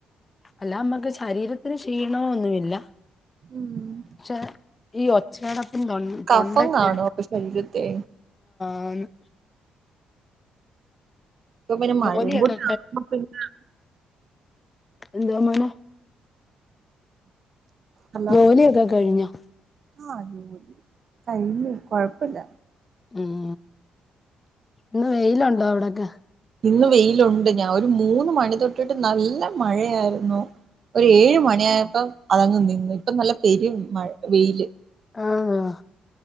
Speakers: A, on the left; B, on the right.
A: അല്ലാ നമുക്ക് ചു ശരീരത്തിന് ക്ഷീണമോ ഒന്നുമില്ല
B: ഉം
A: പക്ഷേ ഈ ഒച്ചയടപ്പ്, തൊ
B: കഫം
A: തൊണ്ടക്ക്
B: കാണും അപ്പം ശരീരത്തെ
A: ആന്ന്
B: ഇപ്പൊ പിന്നെ മഴയും
A: ജോലിയൊക്കെ
B: കൂടി ആകുമ്പം പിന്നെ
A: എന്തുവാ മോനെ
B: ഹലോ
A: ജോലിയൊക്കെ കഴിഞ്ഞോ?
B: ആഹ് ജോലി കഴിഞ്ഞ് കൊഴപ്പല്ല.
A: ഊം ഇന്ന് വെയിലുണ്ടോ അവിടൊക്കെ?
B: ഇന്ന് വെയിലുണ്ട്. ഞാ ഒരു മൂന്ന് മണി തൊട്ടിട്ട് നല്ല മഴയാര്ന്നു. ഒരു ഏഴ് മണിയായപ്പം അതങ്ങ് നിന്ന് ഇപ്പൊ നല്ല പെര് മഴ വെയില്
A: ആഹ് ആഹ്